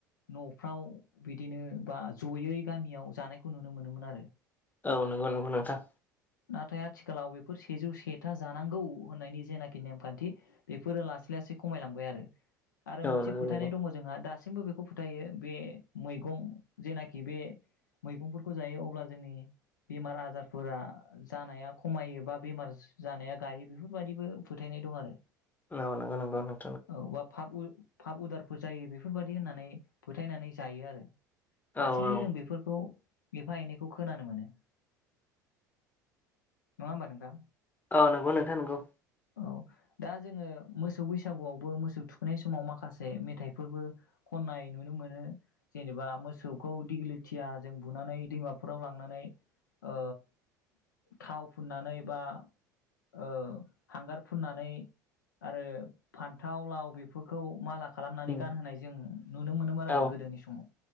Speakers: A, on the left (about 80°); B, on the left (about 15°).
A: न'फ्राव बिदिनो बा जयै गामियाव जानायखौ नुनो मोनोमोन आरो।
B: औ नोंगौ नोंगौ नोंथां।
A: नाथाय आथिखालाव बेफोर सेजौ सेथा जानांगौ होननायनि जेनाखि नेमखान्थि बेफोरो लासै लासै खमायलांबाय आरो। आरो
B: औ
A: मोनसे
B: नंगौ
A: फोथायनाय
B: नंगौ
A: दङ जोंहा दास दासिमबो बेखौ फोथायो बे मैगं जेनाखि बे मैगंफोरखौ जायो अब्ला जोंनि बेमार आजारफोरा जानाया खमायो बा बेमार जानाया गायो बेफोरबादिबो फोथायनाय दं आरो।
B: औ नंगौ नंगौ नों
A: औ बा फाब उ फाब उदारफोर जायो बेफोरबादि होननानै फोथायनानै जायो आरो।
B: औ
A: दासिमबो
B: औ
A: जों बेफोरखौ एफा एनैखौ खोनानो मोनो नङा होमबा नोंथां?
B: औ नंगौ नोंथां नंगौ।
A: औ दा जोङो मोसौ बैसागुआव बो मोसौ थुखैनाय समाव माखासे मेथाइफोरबो खननाय नुनो मोनो जेनेबा मोसौखौ दिग्लिथिया जों बुनानै दैमाफोराव लांनानै ओ थाव फुननानै बा ओ हांगार फुननानै आरो फान थाव लाव बेफोरखौ माला खालामनानै
B: उम
A: गानहोनाय जों नुनो मोनोमोन आरो
B: औ
A: गोदोनि समाव